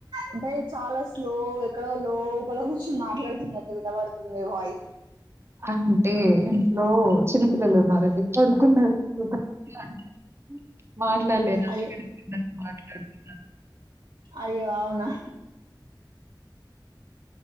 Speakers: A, on the right; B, on the right.
A: అంటే, చాలా స్లో ఎక్కడో లోపల కూర్చుని మాట్లాడుతున్నట్టు వినబడుతుంది మీ వాయిస్.
B: అంటే, ఇంట్లో చిన్ పిల్లలు ఉన్నారండి. పడుకున్నారు. గట్టిగ <unintelligible> మాట్లాడలేను. అందుకని
A: అయ్యో
B: చిన్నగా మాట్లాడుతున్నాను.
A: అయ్యో అవునా!